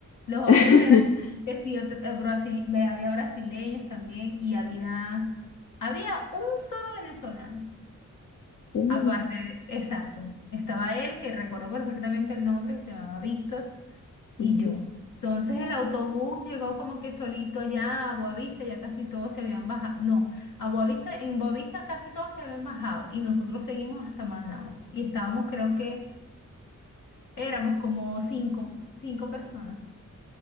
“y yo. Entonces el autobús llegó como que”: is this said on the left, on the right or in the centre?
Left